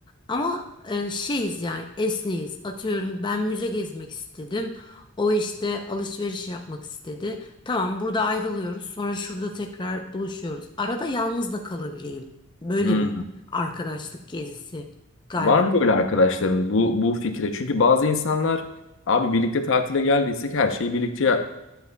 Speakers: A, on the left; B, on the left.
A: Ama e, şeyiz yani esneyiz. Atıyorum ben müze gezmek istedim. O işte alışveriş yapmak istedi. Tamam burada ayrılıyoruz. Sonra şurada tekrar buluşuyoruz. Arada yalnız da kalabileyim. Böyle
B: Hmm.
A: bir arkadaşlık gezisi galiba.
B: Var mı böyle arkadaşların bu bu fikre? Çünkü bazı insanlar abi birlikte tatile geldiysek her şeyi birlikte ya-